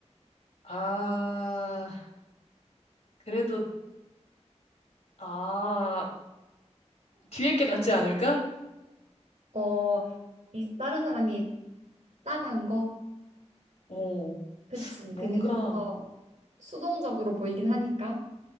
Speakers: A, on the left; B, on the right.
A: 아, 그래도, 아, 뒤에 게 낫지 않을까?
B: 어, 이 다른 사람이 따간 거?
A: 오,
B: 그치.
A: 뭔가,
B: 그게 좀 더 수동적으로 보이긴 하니까.